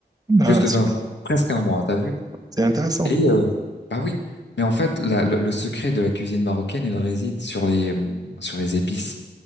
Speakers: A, on the right; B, on the left.
A: Ah,
B: Plus de
A: c'est
B: 20 jours, presque un mois, t'as vu?
A: c'est intéressant.
B: Et euh, bah oui, mais en fait, la- le, le secret de la cuisine marocaine, il réside sur les euh, sur les épices.